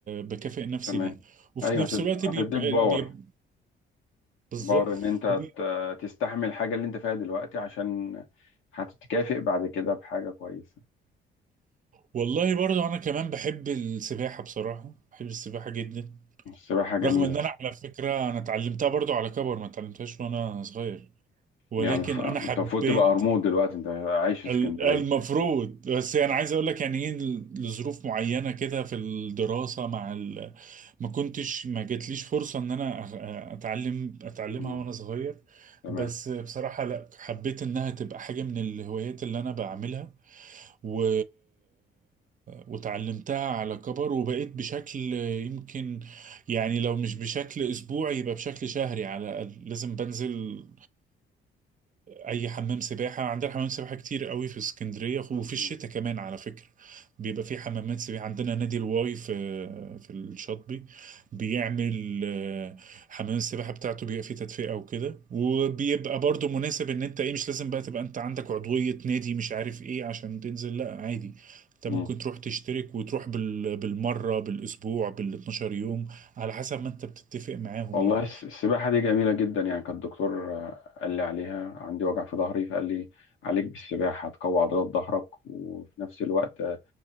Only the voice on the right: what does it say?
بكافئ نفسي
بيه وفي
نفس
الوقت
بيبقى
بيبقى بالظبط
وبي...
والله برضو انا كمان بحب السباحه بصراحه بحب السباحه جدا
رغم ان انا على فكره انا اتعلمتها برضو على كبر ما اتعلمتهاش وانا صغير ولكن
انا حبيت
ال- المفروض بس يعني عايز اقول لك يعني ايه لظروف معينه كده في الدراسه مع ال... ما كنتش ما جاتليش فرصه ان انا أ- اتعلم اتعلمها
وانا صغير
بس بصراحه لا حبيت انها تبقى حاجه من الهوايات اللي انا بعملها و... وتعلمتها على كبر وبقيت بشكل يمكن يعني لو مش بشكل اسبوعي يبقى بشكل شهري على الاقل لازم بنزل اي حمام سباحه عندنا حمام سباحه كتير قوي في اسكندريه وفي
الشتاء كمان على فكره بيبقى في حمامات سباحه عندنا نادي الواي في في الشاطبي بيعمل آه، حمام السباحه بتاعته بيبقى فيه تدفئه وكده وبيبقى برضو مناسب ان انت ايه مش لازم بقى تبقى انت عندك عضويه نادي مش عارف ايه عشان تنزل لا عادي انت
ممكن تروح تشترك وتروح بال... بالمره بالاسبوع بال 12 يوم على حسب ما انت بتتفق معاهم
يعني